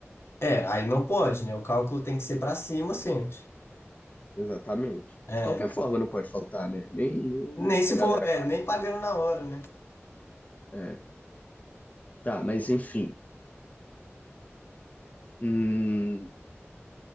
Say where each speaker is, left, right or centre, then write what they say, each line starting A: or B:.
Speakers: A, on the left; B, on the left.
A: É, aí não pode, né? O cálculo tem que ser para cima sempre.
B: Exatamente.
A: É,
B: De qualquer forma, não pode faltar, né? Nem, nem
A: nem se
B: a galera
A: for, é,
B: paga.
A: nem pagando na hora, né?
B: É. Tá, mas enfim. Hum,